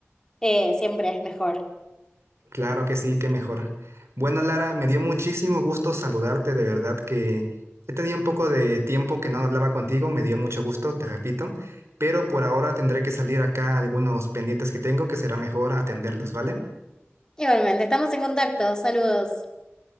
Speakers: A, on the left (about 15°); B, on the right (about 75°).
A: eh, siempre es mejor.
B: Claro que sí, qué mejor. Bueno, Lara, me dio muchísimo gusto saludarte, de verdad que he tenido un poco de tiempo que no hablaba contigo, me dio mucho gusto, te repito, pero por ahora tendré que salir acá algunos pendientes que tengo, que será mejor atenderlos, ¿vale?
A: Igualmente, estamos en contacto. Saludos.